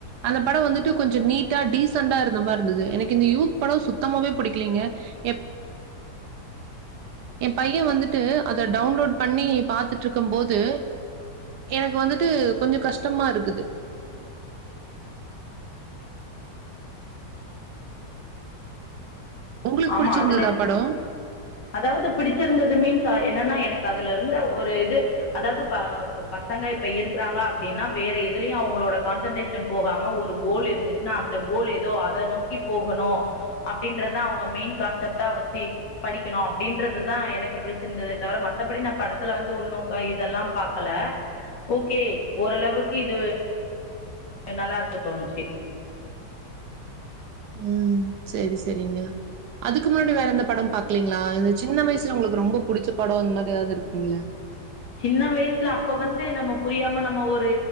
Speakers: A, on the right (about 70°); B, on the left (about 80°).
A: அந்த படோ வந்துட்டு கொஞ்சோ நீட்டா டீசண்டா இருந்த மாரி இருந்துது எனக்கு இந்த யூத் படோ சுத் சுத்தமாவே பிடிக்கலிங்க எப் ஏ பையன் வந்துட்டு அத டவுன்லோட் பண்ணி பாத்துட்ருக்கும்போது எனக்கு வந்துட்டு கொஞ்சோ கஷ்டமா இருக்குது உங்களுக்கு
B: ஆமா
A: புடிச்சிருந்ததா
B: அதுல
A: படம்?
B: அதாவது பிடிச்சிருந்தது மீன்ஸ் என்னன்னா எனக்கு அதுல இருந்த ஒரு இது அதாவது ப இப்ப பசங்க இப்ப இருக்குறாங்க அப்டின்னா வேற எதுலயு அவுங்களோட கான்சன்ட்ரேஷன் போகாம ஒரு கோல் இருந்துச்சுனா அந்த கோல் ஏதோ அத நோக்கி போகணு அப்டின்றதா அவு அவுங்க மெயின் கான்சப்ட்டா வச்சி படிக்கணு அப்டின்றதுதா எனக்கு பிடிச்சிருந்துதே தவர மத்தபடி நா படத்துல வந்து உள்நோக்கோ இதெல்லா பாக்கல ஓகே ஓரளவுக்கு இது நல்லா இருக்கு தோணுச்சு
A: ம் செரி செரிங்க அதுக்கு முன்னடி வேற எந்த படம் பாக்கலிங்களா இந்த சின்ன வயசுல உங்களுக்கு ரொம்ப புடிச்ச படோ அந்த மாரி ஏதாவது இருக்கும்ல
B: சின்ன வயசுல அப்ப வந்து நம்ம புரியாம நம்ம ஒரு